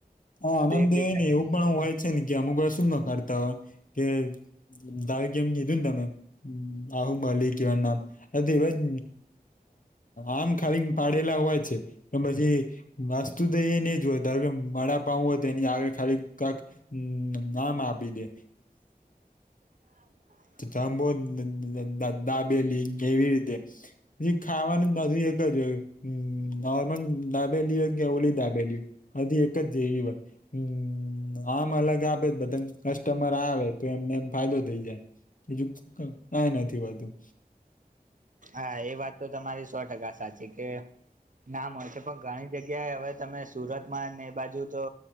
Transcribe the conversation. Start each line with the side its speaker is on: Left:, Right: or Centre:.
Left: હ આનંદ
Right: તો એક
Left: દેવ
Right: રીતે
Left: ને એવું પણ હોય છે. ને કે અમુક ભાઈ શું ના <unintelligible> હોય કે દાવ કેમ કીધું ને તમે આહુ મલી ગયું. એવા જ આમ ખાલી પાડેલા હોય છે. પછી માસ્તુ તો એ નહી જોય ધારો કે મા હોય તે એની આગળ ખાલી કક નામ આપી દે
Right: <unintelligible>
Left: જંબો દા દાબેલી એવી રીતે પછી ખાવાનું બધું એક જ હોય હમ્મ નોર્મલ દાબેલી હોય કે ઓલી દાબેલી હો બધી એક જ જેવી હોય હમ્મ આમ અલગ આપે બધા કસ્ટમર આવે તો એમને એમ ફાયદો થઇ જાય બીજું કઈ નથી વધૂ
Right: હા એ વાત તો તમારી સો ટકા સાચી કે નામ હોય છે. પણ ઘણી જગ્યાએ હવે તમે સુરતમાં ને એ બાજુ તો